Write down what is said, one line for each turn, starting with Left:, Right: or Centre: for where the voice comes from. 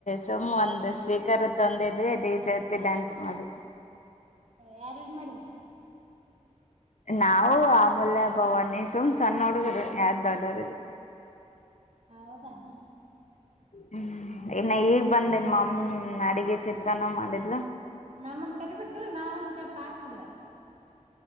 Left: ಸುಮ್ ಒಂದ್ ಸ್ವೀಕಾರ ಒಂದಿದೆ ಡಿ ಜೆ ಹಚ್ಚಿ ಡ್ಯಾನ್ಸ್ ಮಾಡಿವೆ
Right: ಯಾರ್ಯಾರು ಮಾಡಿದ್ರಿ
Left: ನಾವು ಆಮೂಲ್ಯ ಬವಾನಿ ಸುಮ್ ಸಣ್ಣ ಹುಡುಗರು ಯಾರ ದೊಡ್ಡರ ಇಲ್ಲ
Right: ಹೌದಾನ
Left: ಹ್ಮ್ ಇನ್ನ ಈಗ್ ಬಂದೇನ್ ಮಮ್ಮಿ ಅಡಿಗೆ ಚಿತ್ರಾನ್ನ ಮಾಡಿದ್ಲು
Right: ನಮ್ಮನ್ ಕರಿಬೇಕ್ರ ನಾವ ಒಂದ ಸ್ಟೆಪ್ ಹಾಕ್ತಿದೀವಲ್ಲ